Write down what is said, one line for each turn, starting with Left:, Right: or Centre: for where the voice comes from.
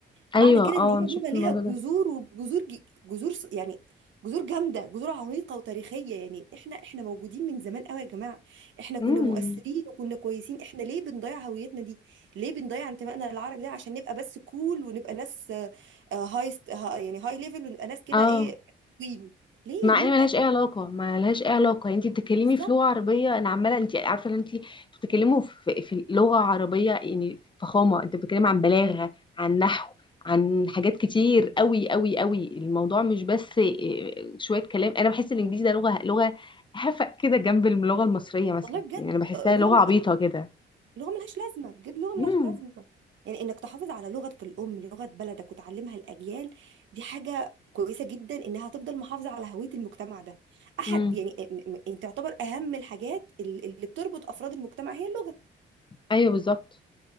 Right: معنى
Left: ايوه
Right: كده
Left: اه
Right: ان هي
Left: انا شفت
Right: بيبقى ليها
Left: الموضوع
Right: جذور
Left: ده
Right: وجذور ج- جذور س- يعني جذور جامده جذور عميقه وتاريخيه يعني احنا احنا موجودين من زمان قوي يا جماعه احنا كنا
Left: امم
Right: مؤثرين وكنا كويسين احنا ليه بنضيع هويتنا دي ليه بنضيع انتمائنا للعربي ده عشان نبقى بس كول ونبقى ناس آه، آه، هاي ست- ها- يعني هاي ليفل ونبقى ناس كده
Left: اه
Right: ايه وين ليه
Left: مع
Right: مين
Left: ان ملهاش
Right: قال
Left: اي
Right: كده
Left: علاقه ملهاش اي علاقه
Right: والله
Left: يعني انت بتتكلمي
Right: بالظبط
Left: في لغه عربيه انا عماله انت عارفه ان انت بتتكلموا في, في لغه عربيه يعني فخامه انت بتتكلمي عن بلاغه عن نحو عن حاجات كتير قوي قوي قوي الموضوع مش بس إيه، شويه كلام انا بحس الانجليزي ده لغه لغه هفق كده جنب اللغه المصريه مثلا
Right: والله بجد
Left: يعني انا بحسها
Right: آه، اللي
Left: لغه
Right: هو
Left: عبيطه كده
Right: لغه ملهاش لازمه بجد لغه ملهاش
Left: امم
Right: لازمه يعني انك تحافظ على لغتك الام لغه بلدك وتعلمها الاجيال دي حاجه كويسه جدا انها هتفضل محافظه على هويه المجتمع ده احد
Left: امم
Right: يعني م- م- تعتبر اهم الحاجات ال- اللي بتربط افراد المجتمع هي اللغه
Left: ايوه بالظبط